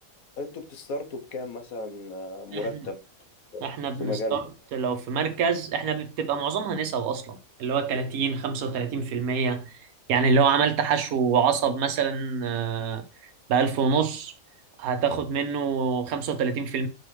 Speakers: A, on the left (about 80°); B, on the right (about 85°).
A: انتوا بتستارتوا بكام مثلا آه، مرتب
B: <laughs> احنا بنستارت
A: في مجالكم
B: لو في مركز احنا بتبقى معظمها نسب اصلا اللي هو 30 35% يعني لو عملت حشو عصب مثلا آه، بألف ونص هتاخد منه 35%